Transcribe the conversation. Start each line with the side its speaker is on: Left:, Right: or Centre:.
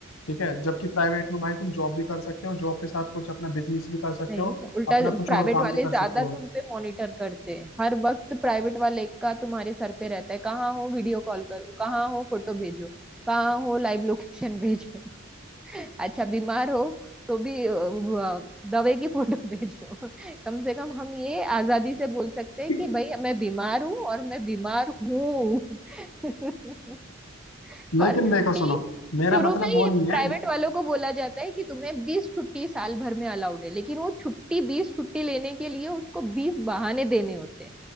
Left: ठीक है जबकि प्राइवेट में भाई तुम जॉब भी कर सकते हो जॉब के साथ कुछ अपना बिजनेस भी कर सकते
Centre: नहीं
Left: हो
Centre: उल्टा
Left: अपना कुछ
Centre: प्राइवेट
Left: और काम
Centre: वाले
Left: भी कर
Centre: ज्यादा
Left: सकते हो
Centre: तुम पे मॉनिटर करते हैं हर वक्त प्राइवेट वाले का तुम्हारे सर पे रहता है कहाँ हो वीडियो कॉल करो कहाँ हो फोटो भेजो कहाँ हो लाइव लोकेशन <laughs> भेजो अच्छा बीमार हो तो भी अ, व- दवाई की फोटो <laughs> भेजो कम से कम हम ये आजादी से बोल सकते हैं
Left: <laughs>
Centre: कि भाई मैं बीमार हूँ और मैं बीमार हूँ <laughs>
Left: लेकिन
Centre: और छुट्टी
Left: देखो सुनो मेरा
Centre: शुरू
Left: मतलब
Centre: में ही
Left: वो नहीं
Centre: प्राइवेट
Left: है
Centre: वालों को बोला जाता है कि तुम्हें बीस छुट्टी साल भर में अलाउड है लेकिन वो छुट्टी बीस छुट्टी लेने के लिए उसको बीस बहाने देने होते हैं